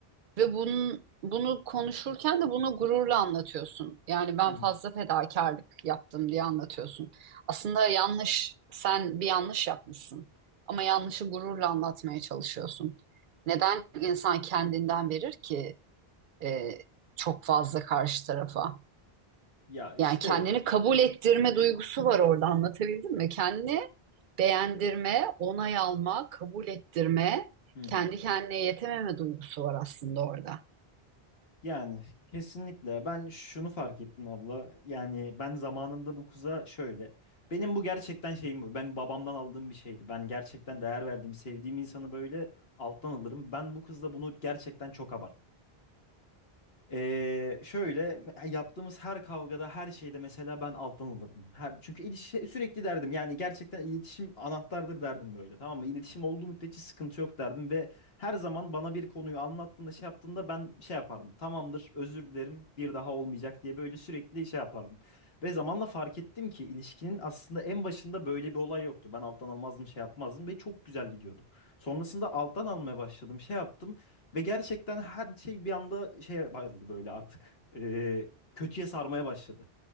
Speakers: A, on the right; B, on the left.
A: ve bunun bunu konuşurken de bunu gururla anlatıyorsun. Yani ben
B: hı hı.
A: fazla fedakarlık yaptım diye anlatıyorsun. Aslında yanlış, sen bir yanlış yapmışsın ama yanlışı gururla anlatmaya çalışıyorsun. Neden insan kendinden verir ki e, çok fazla karşı tarafa?
B: Ya işte
A: Yani kendini kabul ettirme duygusu var orada anlatabildim mi? Kendini beğendirme, onay alma, kabul ettirme,
B: hı
A: kendi
B: hı.
A: kendine yetememe duygusu var aslında orada.
B: Yani kesinlikle ben şunu fark ettim abla. Yani ben zamanında bu kuza şöyle. Benim bu gerçekten şeyim bu. Ben babamdan aldığım bir şeydi. Ben gerçekten değer verdiğim, sevdiğim insanı böyle alttan alırım. Ben bu kızla bunu gerçekten çok abarttım. Ee, şöyle yaptığımız her kavgada her şeyde mesela ben alttan alırdım. Her, çünkü ilişki, sürekli derdim yani gerçekten iletişim anahtardır derdim böyle tamam mı? İletişim olduğu müddetçe sıkıntı yok derdim ve her zaman bana bir konuyu anlattığında şey yaptığında ben şey yapardım. Tamamdır özür dilerim bir daha olmayacak diye böyle sürekli şey yapardım. Ve zamanla fark ettim ki ilişkinin aslında en başında böyle bir olay yoktu. Ben alttan almazdım şey yapmazdım ve çok güzel gidiyordu. Sonrasında alttan almaya başladım şey yaptım. Ve gerçekten her şey bir anda şeye bağladı böyle artık. Ee, kötüye sarmaya başladı.